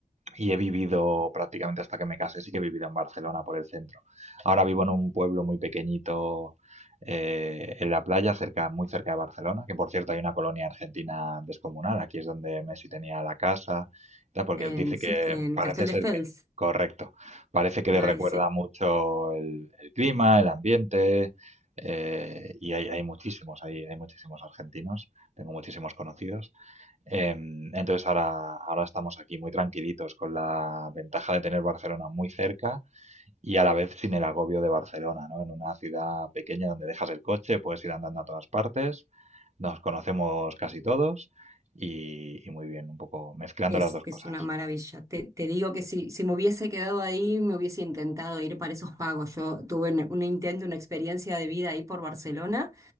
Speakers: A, on the right; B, on the right.
A: y he vivido prácticamente hasta que me casé, sí que he vivido en Barcelona por el centro. Ahora vivo en un pueblo muy pequeñito eh, en la playa, cerca, muy cerca de Barcelona, que por cierto hay una colonia argentina descomunal, aquí es donde Messi tenía la casa, tal, porque
B: en,
A: dice
B: Sit-
A: que
B: en
A: parece
B: Castelldefels.
A: ser que, correcto, parece que
B: Ay,
A: le recuerda
B: sí,
A: mucho el, el clima, el ambiente, eh, y hay, hay muchísimos, hay, hay muchísimos argentinos, tengo muchísimos conocidos, Em, entonces ahora, ahora estamos aquí muy tranquilitos con la ventaja de tener Barcelona muy cerca y a la vez sin el agobio de Barcelona, ¿no? En una ciudad pequeña donde dejas el coche, puedes ir andando a todas partes, nos conocemos casi todos y, y muy bien, un poco mezclando
B: es,
A: las dos cosas.
B: es una maravilla. Te, te digo que
A: Sí,
B: si,
A: sí.
B: si me hubiese quedado ahí, me hubiese intentado ir para esos pagos. Yo tuve un un intento, una experiencia de vida ahí por Barcelona